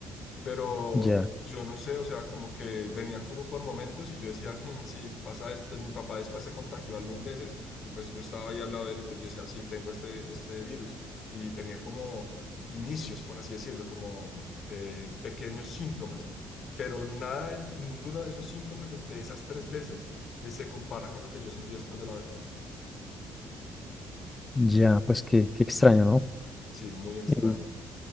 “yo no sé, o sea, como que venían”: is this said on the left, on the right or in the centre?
Left